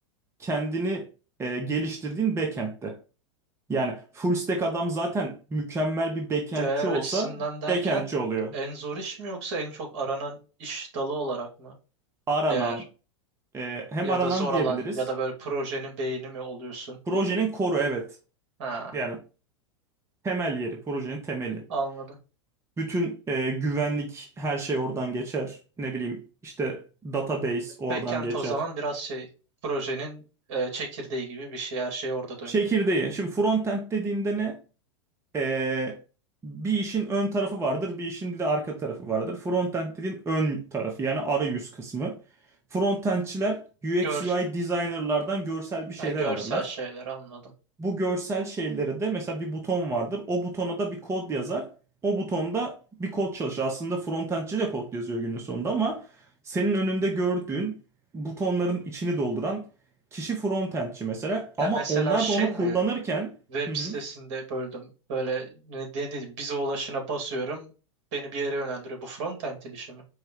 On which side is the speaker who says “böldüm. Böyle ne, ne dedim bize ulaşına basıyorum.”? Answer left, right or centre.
Right